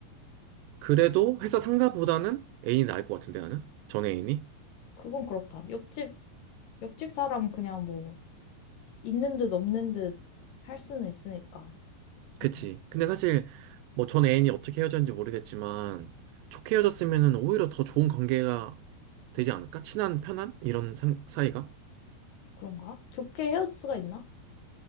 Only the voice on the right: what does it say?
그래도 회사 상사보다는 애인이 나을 것 같은데 나는? 전 애인이?
그치.
근데 사실 뭐 전 애인이 어떻게 헤어졌는지 모르겠지만 좋게 헤어졌으면은 오히려 더 좋은 관계가 되지 않을까? 친한, 편한? 이런 상- 사이가?